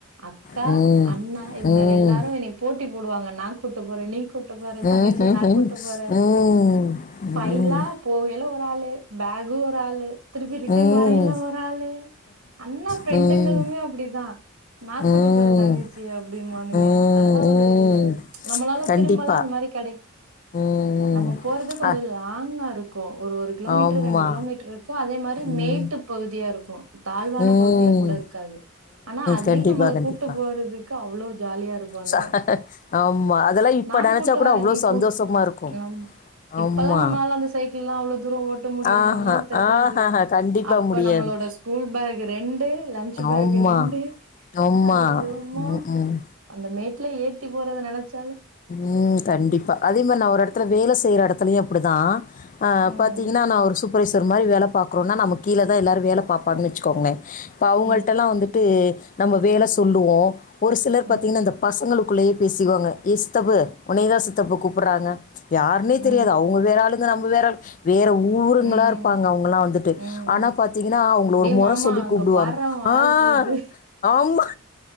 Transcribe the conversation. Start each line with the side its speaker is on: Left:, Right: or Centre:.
Right: அக்கா
Left: ம்.
Right: அண்ணா இவங்க
Left: ம்.
Right: எல்லாரும் என்னை போட்டு போடுவாங்க நங்க கூப்ட்டு போற நீ கூப்ட்டு போற
Left: ம்ஹ்ஹ்ம்.
Right: தங்கச்சி நான் கூட்டு போற
Left: ம்.
Right: பைனலா
Left: ம். ம்.
Right: போகல ஒரு வாலு பேகு ஒரு ஆளு திருப்பி ரிட்டன்
Left: ம்.
Right: வரையில ஒரு ஆளு அண்ணா ஃப்ரெண்டுங்களுமே
Left: ம்.
Right: அப்படிதான் நான்
Left: ம்.
Right: கூட்டு போறேன் தங்கச்சி அப்படின்பானுங்க
Left: ம்.
Right: அதெல்லாம் ஒரு நம்மளால
Left: கண்டிப்பா.
Right: திரும்பலாம் அந்த மாதிரி கிடை
Left: ம்.
Right: நம்ம போறது கொஞ்ச
Left: அ
Right: லாங்கா இருக்கு இருக்கு ஒரு கிலோமீட்டர்
Left: ஆமா.
Right: ரெண்டு கிலோமீட்டர் இருக்கு அதே மாதிரி
Left: ம்.
Right: மேட்டு பகுதியா இருக்கு தாழ்வான
Left: ம்.
Right: பகுதியா கூட இருக்காது ஆனா அதுலயு
Left: கண்டிப்பா,
Right: நம்மள
Left: கண்டிப்பா.
Right: கூட்டு போறதுக்கு அவ்ளவு ஜாலியா இருப்பானுங்க
Left: ச ஆமா. அதெல்லாம் இப்ப
Right: நான்
Left: நெனச்சா
Right: கூட்டு
Left: கூட
Right: வரேன்
Left: அவ்ளோ
Right: நீ
Left: சந்தோஷமா
Right: போ
Left: இருக்கும்.
Right: ஏன் அம்மா இப்பல்லாம்
Left: ஆமா.
Right: நம்மளால அந்த சைக்கிள் எல்லாம் அவளோ <unintelligible> போட முடியுமான்லா
Left: ஆஹா,
Right: தெரியாது
Left: ஆஹஹ. கண்டிப்பா
Right: அப்ப
Left: முடியாது.
Right: நம்மளோட ஸ்கூல் பேக் ரெண்டு பேகு
Left: ஆமா
Right: ரெண்டு
Left: ஆமா
Right: ஐயோ அம்மா
Left: ம் ம்
Right: அந்த மேட்ல ஏத்தி போறத நினைச்சு
Left: உம் கண்டிப்பா அதே மாதிரி நான் ஒரு இடத்துல வேலை செய்யற இடத்துலயும் அப்படிதான் ஆஹ்
Right: ம்,
Left: பாத்தீங்கன்னா நான் ஒரு சு புரைசர் மாரி வேலை பாக்கறோம்னா நம கீழே தான் எல்லாரும் வேலை பாப்பாங்கன் வச்சுக்கோங்க இப்போ அவங்கள்ட்டலாம்
Right: ம்,
Left: வந்துட்டு நம்ம வேலை சொல்லுவோம் ஒரு சிலர் பாத்தீங்கன்னா
Right: ம்,
Left: அந்த பசங்களு குள்ளயே பேசிக்குவாங்க ஏ சித்தப்பு உனயதான் சித்தப்பு கூப்பிட்றாங்க யாருன்னே தெரியாது
Right: ம்,
Left: அவங்க வேற ஆளுக்கு நம்ம வேற வேற ஊருங்களா
Right: ம்.
Left: இருப்பாங்க அவங்கல்லாம் வந்துட்டு
Right: ம்
Left: ஆனா பாத்தீங்கன்னா அவங்கள
Right: டேய்
Left: ஒரு முறை
Right: மாமா
Left: சொல்லி
Right: அங்க
Left: கூப்பிடுவாங்க
Right: பார்றா உ
Left: ஆஹ்
Right: ஆள் போது
Left: ஆமா